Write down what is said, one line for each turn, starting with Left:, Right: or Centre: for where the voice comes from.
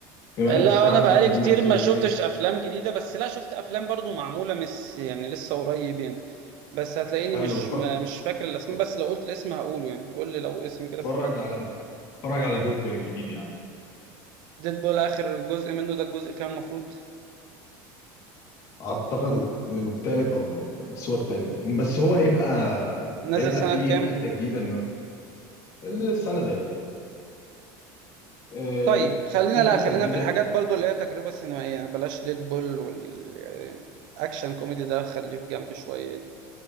Left: بما
Right: لا
Left: انك بتتفرج
Right: انا
Left: على افلام
Right: بقالي
Left: قديمه
Right: كتير
Left: كتير
Right: ما
Left: زي
Right: شفتش افلام جديده بس لا شفت افلام برضو معموله مش يعني لسه قريب يعني بس هتلاقيني
Left: حلو
Right: مش
Left: فر...
Right: ما- مش فاكر الاسماء
Left: ف-
Right: بس لو قلت الاسم هقوله يعني قول لي لو اسم كده
Left: اتفرج
Right: في دماغك
Left: على اتفرج على ديدبول الجديد يعني
Right: ديدبول اخر جزء منه ده الجزء اللي كان المفروض
Left: اعتقد الثالث او الرابع بس هو الثالث باين بس هو هيبقى
Right: نزل
Left: هيبقى
Right: سنه
Left: فيه
Right: كام
Left: حته جديده انه السنه ده ايه آه،
Right: طيب خلينا
Left: في
Right: لا
Left: حته
Right: خلينا
Left: جديده
Right: في الحاجات برضو اللي هي تجربه سينمائيه يعني بلاش ديدبول والاكشن كوميدي ده خليه في جنب شويه يعني.